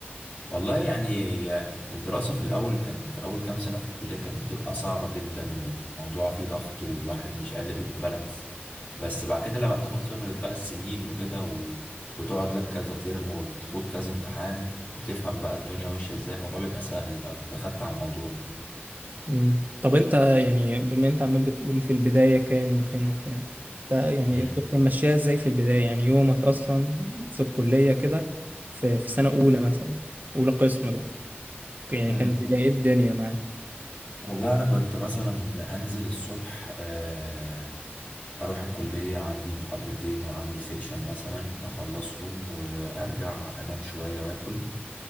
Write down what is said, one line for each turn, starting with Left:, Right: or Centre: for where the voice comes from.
Left: والله يعني هي الدراسة في الأول كان في أول كام سنة في الكلية كانت بتبقى صعبة جدا والموضوع فيه ضغط والواحد مش قادر يبالانس بس بعد كده لما بتاخد خبرة بقى السنين وكده و... وتقعد لك كذا ترم وتخوض كذا امتحان وتفهم بقى الدنيا ماشية ازاي الموضوع بيبقى سهل بقى بتبقى خدت على الموضوع
Right: مم. طب انت يعني بما انت عمال بتقول في البداية كان وكان وبتاع انت يعني
Left: مم.
Right: كنت ماشيها ازاي في البداية يعني يومك اصلا في الكلية كده في في سنة اولى مثلا اولى قسم بقى يعني
Left: امم
Right: كان بداية الدنيا معاك
Left: والله أنا كنت مثلا أنزل الصبح آه، أروح الكلية عندي محاضرتين وعندي سيكشن مثلا أخلصهم وأرجع أنام شوية وآكل